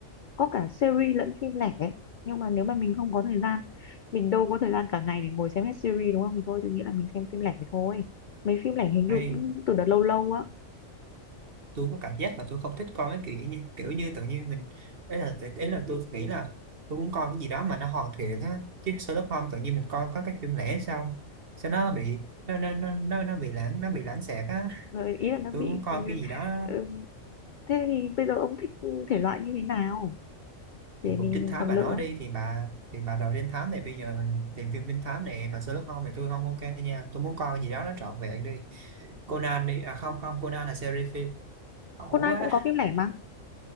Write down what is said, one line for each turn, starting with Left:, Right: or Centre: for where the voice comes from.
Left: có cả series lẫn phim lẻ ấy. nhưng mà nếu mà mình không có thời gian mình đâu có thời gian cả ngày để ngồi xem hết series đúng không thì thôi tôi nghĩ là mình xem phim lẻ thôi mấy phim lẻ hình như
Right: Ê,
Left: cũng từ đợt lâu lâu á
Right: tôi có cảm giác là tôi không thích coi mấy kiểu như kiểu như tự nhiên mình ấy là ấy là tôi nghĩ là tôi muốn coi cái gì đó mà nó hoàn thiện á chứ Sherlock Holmes tự nhiên mình coi có cái phim lẻ sao sao nó bị nó nó nó nó, nó bị lãng nó bị lãng xẹt á
Left: Ờ, ý là nó
Right: <laughs>
Left: bị
Right: tôi muốn coi cái gì đó
Left: ừ, thế thì bây giờ ông thích thể loại như thế nào thì
Right: thì
Left: để
Right: cũng
Left: mình
Right: trinh thám
Left: còn
Right: bà
Left: lựa
Right: nói đi thì bà thì bà đòi trinh thám này bây giờ mình tìm phim trinh thám này mà Sherlock Holmes thì tôi không ok nha tôi muốn coi cái gì đó nó trọn vẹn đi Conan đi à không không Conan là series phim ẩu
Left: Conan
Right: quá
Left: cũng có phim lẻ mà